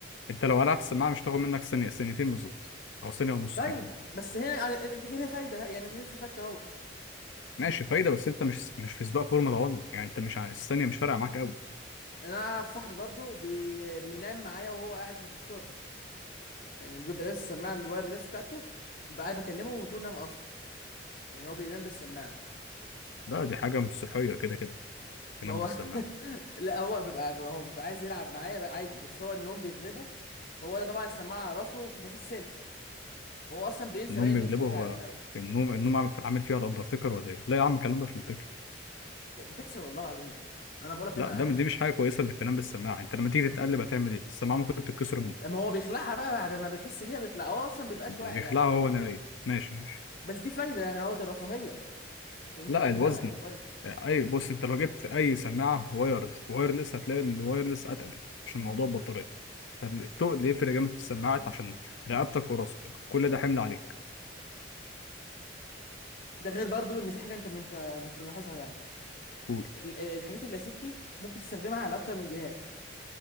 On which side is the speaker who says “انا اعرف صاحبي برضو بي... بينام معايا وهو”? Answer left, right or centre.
Left